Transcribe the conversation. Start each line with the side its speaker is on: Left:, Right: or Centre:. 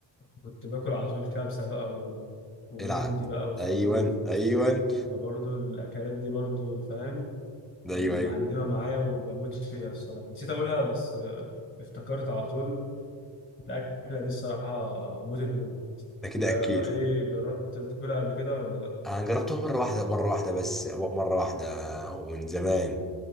Left: فكنت باكل على طول كبسه بقى و... ومندي
Centre: العب
Left: بقى وخروف
Centre: ايوه ايوه
Left: فبرضو الاكلات دي برضو فاهم
Centre: ده
Left: اللي
Centre: ايوه ايوه
Left: معلمه معايا وبموت فيها الصراحه نسيت اقولها بس آه، افتكرت على طول الاكله دي الصراحه موت الموت
Centre: ده كده
Left: انت
Centre: اكيد
Left: ايه جربت تاكلها قبل كده ولا لا
Centre: انا جربتها مره واحده مره واحده بس مره واحده ومن زمان